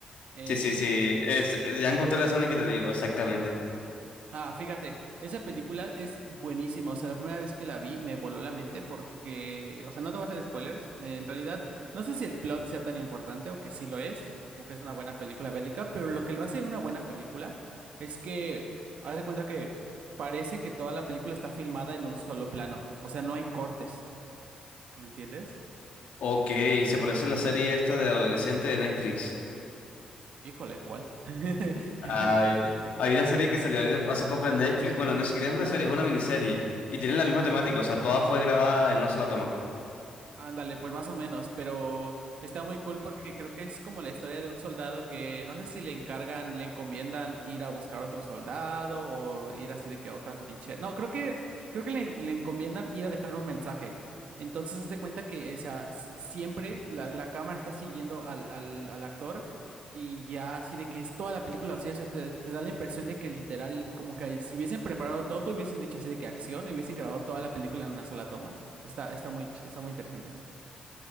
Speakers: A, on the right (about 70°); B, on the left (about 75°).
A: Eh,
B: Sí, sí, sí, es- ya encontré la escena que te digo, exactamente.
A: Ah, fíjate, esa película es buenísima. O sea, la primera vez que la vi me voló la mente porque, o sea, no te voy a hacer spoilers. eh, en realidad, no sé si el plot sea tan importante, aunque sí lo es, porque es una buena película bélica, pero lo que lo hace una buena película es que, haz de cuenta que parece que toda la película está filmada en un solo plano. O sea, no hay cortes, ¿me entiendes?
B: Ok, se parece a la serie esta de adolescente de Netflix.
A: Híjole, ¿cuál? <laughs>
B: Ay, hay una serie que salió ahorita hace poco en Netflix. Bueno, no es siquiera es una serie, es una miniserie. Y tienen
A: Ujú.
B: la misma temática, o sea, toda fue grabada en una sola toma.
A: Ándale, pues más o menos, pero está muy cool porque creo que es como la historia de un soldado que no sé si le encargan, le encomiendan ir a buscar otro soldado o ir así de que a otra trinchera. No, creo que creo que le, en- le encomiendan ir a dejar un mensaje. Entonces, haz de cuenta que, o sea, s- siempre la, la cámara está siguiendo al, al, al actor y ya así de que es toda la película, o sea, se te, te da la impresión de que literal como que si hubiesen preparado todo, hubiesen dicho así de que acción y hubiesen grabado toda la película en una sola toma. Está, está muy, ch- está muy interesante.